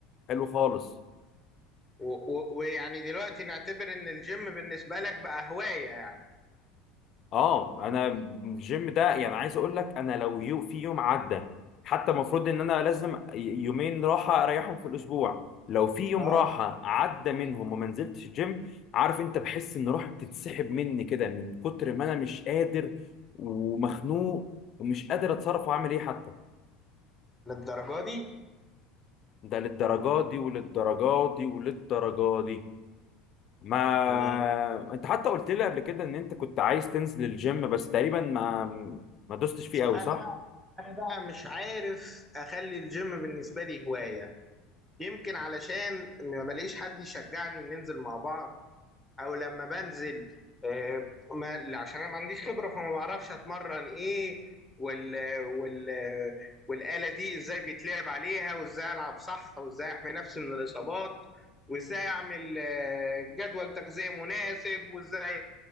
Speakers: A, on the left (about 35°); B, in the centre.
A: حلو خالص
B: و- و- ويعني دلوقتي نعتبر ان الجيم بالنسبة لك بقى هواية يعني
A: اه انا الجيم ده يعني عايز اقول لك انا لو يو في يوم عدى حتى المفروض ان انا لازم ي- يومين راحه اريحهم في الاسبوع لو في يوم
B: اه
A: راحه عدى منهم وما نزلتش الجيم عارف انت بحس ان روحي بتتسحب مني كده من كتر ما انا مش قادر ومخنوق ومش قادر اتصرف واعمل ايه حتى
B: للدرجة دي
A: ده للدرجات دي وللدرجات دي وللدرجات دي ما
B: مم.
A: انت حتى قلت لي قبل كده ان انت كنت عايز تنزل الجيم بس تقريبا ما ما دوستش فيه قوي
B: انا
A: صح
B: بقى انا بقى مش عارف اخلي الجيم بالنسبة لي هواية يمكن علشان ما بلاقيش حد يشجعني وننزل مع بعض او لما بنزل آه، ما عشان انا ما عنديش خبره فما بعرفش اتمرن ايه وال وال والاله دي ازاي بيتلعب عليها وازاي العب صح وازاي احمي نفسي من الاصابات وازاي اعمل آه، جدول تغذيه مناسب وازاي